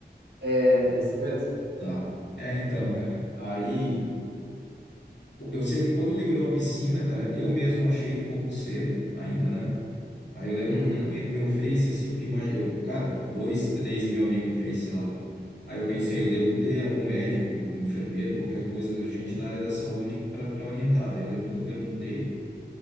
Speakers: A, on the right (about 70°); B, on the left (about 85°).
A: É, é isso mesmo.
B: Tá. É, então,
A: Uhum.
B: cara. Aí, co- eu sei que quando liberou a piscina, cara, eu mesmo achei um pouco cedo ainda, né? Aí eu lembro
A: Uhum.
B: que eu joguei no meu Face, assim, porque imagina, eu, cara, dois, três mil amigos no Face, sei lá. Aí eu pensei, eu devo ter algum médico, enfermeiro, qualquer coisa, gente da área da saúde para para orientar. Daí eu lembro que eu perguntei